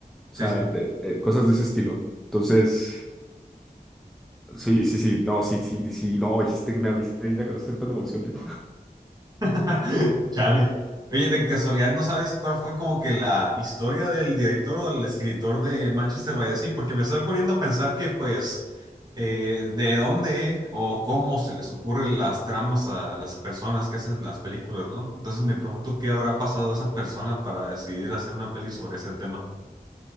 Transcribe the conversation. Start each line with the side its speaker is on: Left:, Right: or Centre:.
Centre: O
Right: Sí,
Centre: sea,
Right: sí.
Centre: de- eh, cosas de ese estilo. Entonces... Sí, sí, sí, no, sí, sí, sí, no, hiciste que me abriste ahorita con estas devoluciones.
Right: <laughs> Chale. Oye, de casualidad, ¿no sabes cuál fue como que la historia del director o del escritor de Manchester by the Sea? Porque me estoy poniendo a pensar que, pues, eh, de dónde o cómo se les ocurren las tramas a las personas que hacen las películas, ¿no? Entonces me pregunto qué habrá pasado a esa persona para decidir hacer una peli sobre ese tema.